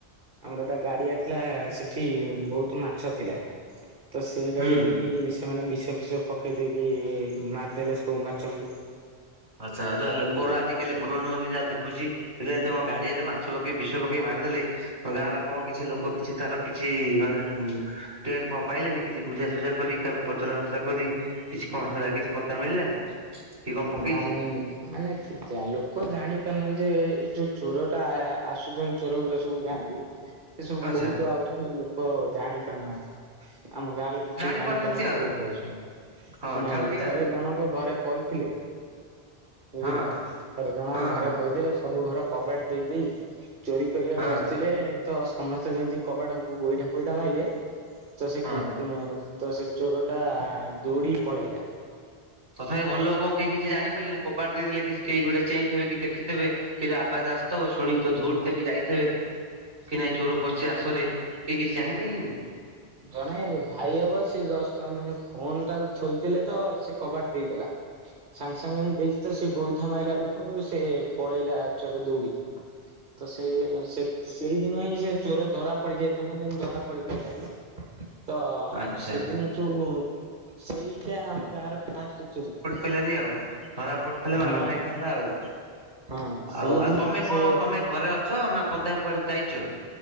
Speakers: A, on the right; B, on the right.
A: ଆମର ଗୋଟେ ଗାଡିଆ ଥିଲା ସେ ଠି ବୋହୁତ ମାଛ ଥିଲା ତ ସେ
B: ହୁଁ।
A: ଗାଡିଆରେ ବି ସ୍ ସେମାନେ ବିଷ ଫିଷ ପକେଇ ଦେଇକି ମାରିଦେଲେ ସବୁ ମାଛକୁ
B: ଆଚ୍ଛା ହେରା ଲୋକଉରା
A: ଏମତି
B: ଆଜିିକାଲି ଭଲ ନୁହନ୍ତି ଯାହା ଦେଖୁଚି ସେରା ତମ ଗାଡିଆରେ ମା ଷ ପକେଇ ବିଷ ପକେଇ ମାରିଦେଲେ ତମ ଗାଁର କଣ କିଛି ଲୋ କଣ କିଛି ତାର କିଛି ମାନେ ଟେଟ କଣ ପାଇଲେନି କିଛି ବୁଝାସୁଝା କରି କାହାକୁ ପଚରା ଉଚରା କରି କିଛି କଣ ସିଗୁରା କିଛି ପତା ମିଳିଲାନି କି କଣ ପକେଇଛି
A: ନାଇଁ। ମାନେ ଲୋକ ଯାଇ ଜାଣିପାରୁନାହାନ୍ତି ଯେ ଏଇ ଯୋଉ ଚୋରଟା ଆସୁଛନ୍ତି ଚୋରଗୁରା ସବୁ ଗାଁକୁୁ ସେ ସବୁ
B: ଆଚ୍ଛା
A: କୋଉଠୁ ଆଉଛନ୍ତି ଲୋକ ଜାଣି ପାରୁନାହାନ୍ତି। ଆମ ଗାଁ ଲୋକ
B: ଜାଣି
A: କେହିଁ ଜାଣିପାରୁନାହାନ୍ତି
B: ପାରୁନାହାନ୍ତି ଆଉ
A: କୋଉଠି ଅଛନ୍ତି।
B: ହଁ
A: ନାଇଁ
B: ଠାଉରିଆ
A: ଥରେ
B: ଆଉ
A: ଜଣକ ଘରେ ପଇଥିଲେ। ବୁଝିଲେ
B: ହଁ।
A: ଥରେ ଜଣଙ୍କ
B: ହଁ
A: ଘରେ
B: ହଁ
A: କହିଦଲେ ସବୁ ଘର କବାଟ ଦେଇ ଦେଇ ଚୋରି କରିବାକୁ
B: ହଁ
A: ବସିଥିଲେ ତ ସମସ୍ତେ ଯେମିତି କବାଟ ଗୋଇଠା ଫୋଇଟା ମାଇଲେ ତ ସେ
B: ହଁ
A: ତ ସେ ଚୋର ଟା ଦୋଡି ପଳେଇଲା।
B: ତଥାପି ଘରଲୋକ କଣ କେହି କିଛି ଜଣିପାରିଲେନି କବାଟ ଦେଇଦଲେ କି କେହି ଗୋଟେ ଚେଇଥିବେ କି ଦେଖିଥିବେ। କି ଆବାଜ ଆସିଥିବ ଶୁଣି ତ ଧୌଡିଥିବେ ଯାଇଥିବେ। କି ନାଇଁ ଚୋର ପଶିଚି ଆସରେ କହି କିଛି ଜାଣିପାରିଲେନି।
A: ଜଣେ ଭାଇ ହବ ସେ ଜଷ୍ଟ ମାନେ ଫୋନ ଟାକୁ ଠୋଇଥିଲେ ତ ସେ କବାଟ ଦେଇଦେଲା। ସାଙ୍ଗେସାଙ୍ଗେ ଦେଇଛି ତ ସେ ଗୋଇଠା ମାରିଲା ବେଳକୁ ସେ ପଳେଇଲା ଚୋର ଦୌଡିକି। ତ ସେଇ ସେ ସେଇଦିନ ହିଁ ସେ ଚୋର ଧରାପଡି ଯାଇଥାଆନ୍ତା ଯେମିତି ଧରାପଡି ପାଇଲାନି। ତ
B: ଆଚ୍ଛା
A: ସେଦିନଠୁ ସେଇଟା ଆମ ଗାଁର ଫାଷ୍ଟ ଚୋରି।
B: ପଇଲାନି ଆଉ ଧରା ପଡ ହେଲେ
A: ହଁ
B: ମାଡ ଖାଇଥାନ୍ତା ଆଉ
A: ହଁ ସେଇଦିନ
B: ଆଉ ଆଉ ତମେ
A: ସେ
B: କଣ ତମେ ଘରେ ଅଛ ନା ପଦାକୁ କୁଆଡ଼େ ଯାଇଛ।